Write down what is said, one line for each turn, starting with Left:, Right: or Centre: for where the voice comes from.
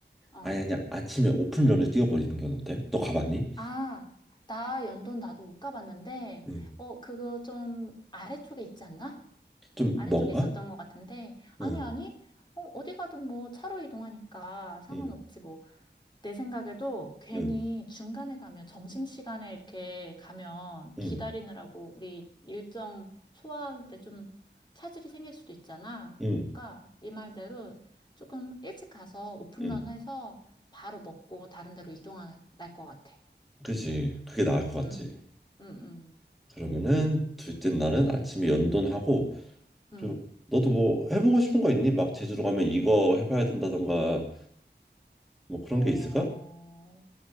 Left: 어.
Centre: 아예 그냥 아침에 오픈런을 뛰어버리는 건 어때? 너 가봤니?
Left: 아, 나 연돈 나도 못 가봤는데,
Centre: 응.
Left: 어, 그거 좀 아래쪽에 있지 않나?
Centre: 좀
Left: 아래쪽에
Centre: 뭔가?
Left: 있었던 것 같은데, 아니,
Centre: 응,
Left: 아니, 어, 어디 가든 뭐 차로 이동하니까 상관없지
Centre: 응,
Left: 뭐. 내 생각에도 괜히
Centre: 응,
Left: 중간에 가면, 점심시간에 이렇게 가면
Centre: 응,
Left: 기다리느라고 우리 일정 소화하는데 좀 차질이 생길 수도 있잖아.
Centre: 응,
Left: 그러니까 네 말대로 조금 일찍 가서 오픈런
Centre: 응.
Left: 해서 바로 먹고 다른 데로 이동할 것 같아.
Centre: 그지. 그게 나을 것 같지.
Left: 음, 음, 음,
Centre: 그러면은 둘째 날은 아침에 연돈하고
Left: 음.
Centre: 저- 너도 뭐 해보고 싶은 거 있니? 막 제주로 가면 이거 해봐야 된다던가 뭐 그런
Left: 어,
Centre: 게 있을까?